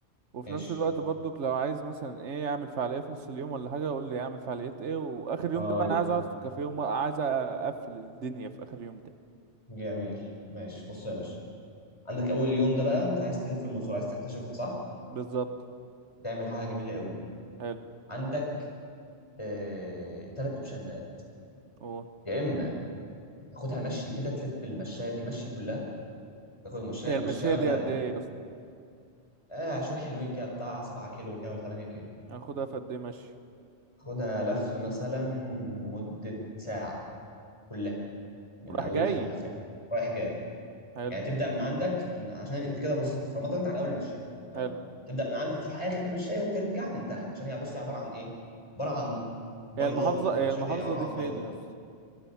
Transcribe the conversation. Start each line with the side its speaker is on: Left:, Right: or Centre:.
Right: وفي
Left: ماشي
Right: نفس الوقت برضك لو عايز مثلا ايه اعمل فعاليه في نص اليوم ولا حاجه قول لي اعمل فعاليات ايه واخر يوم
Left: هقول
Right: ده بقى انا عايز اقعد في كافيه وعايز اقفل الدنيا في اخر يوم ده
Left: جميل ماشي بص يا باشا عندك
Right: مم.
Left: اول يوم ده بقى انت عايز تلف المنصوره عايز تكتشفها صح
Right: بالظبط
Left: تعمل حاجه جميله قوي
Right: حلو
Left: عندك آه... ثلاث اوبشنات
Right: أوه.
Left: يا اما تاخدها مشي كده تلف المشايه دي مشي كلها تاخد المشايه
Right: هي
Left: المشايه
Right: المشية
Left: بقى
Right: دي قد
Left: انت
Right: ايه يا اسطى
Left: آه شويه حلوين كده بتاع 7 كيلو كده ولا 8 كيلو
Right: هاخدها في قد ايه مشي
Left: خدها لف مثلا لمده ساعه كلها من
Right: راح
Left: اولها
Right: جاي
Left: لاخرها رايح جاي
Right: حلو
Left: يعني تبدا من عندك من عشان انت كده بص انت في رمضان انت على اول المشايه تمام
Right: حلو
Left: تبدا من عندك تروح اخر المشايه وترجع من تحت عشان هي بص هي عباره عن ايه عباره عن بيضاوي
Right: هي المحافظة
Left: كده
Right: هي
Left: المشايه
Right: المحافظة
Left: دي عباره
Right: دي
Left: عن
Right: فين
Left: بيضه
Right: يا اسطى